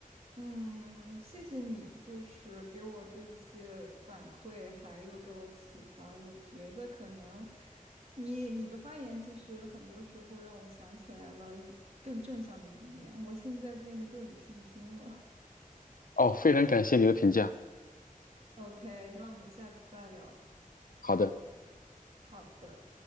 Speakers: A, on the right; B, on the left.
A: 嗯，谢谢你，就是给我这一些反馈，还有给我启发。我觉得可能你你的发言其实很多时候让我想起来了一更正向的一面，我现在变得更有信心了。
B: 哦，非常感谢你的评价，
A: <laughs> OK，那我们下次再聊。
B: 好的。
A: 好的。